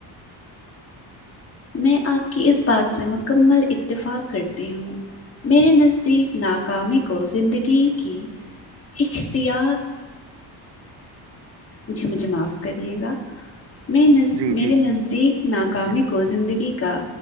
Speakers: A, on the left; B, on the right.
A: میں آپ کی اس بات سے مکمل اتفاق کرتی ہوں میرے نزدیک ناکامی کو زندگی کی اختیاط جی مجھے معاف کریے گا میں ن
B: جی
A: میرے
B: جی
A: نزدیک ناکامی
B: جی
A: کو زندگی کا